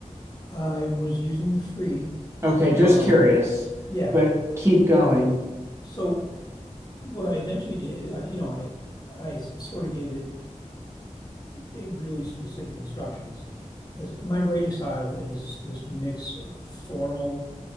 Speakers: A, on the left; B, on the right.
A: I was using the free.
B: Okay, just
A: Um,
B: curious,
A: yeah.
B: but keep going.
A: So what I eventually did, I, you know, I I s- sort of gave it, it really specific instructions. As my writing style is this mix of formal